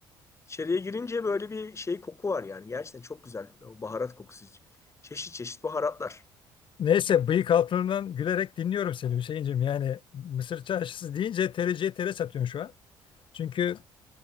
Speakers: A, on the left; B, on the left.
A: İçeriye girince böyle bir şey koku var yani gerçekten çok güzel o baharat kokusu. Çeşit çeşit baharatlar.
B: Neyse bıyık altından gülerek dinliyorum seni Hüseyinciğim. Yani Mısır çarşısı deyince tereciye tere satıyorsun şu an. Çünkü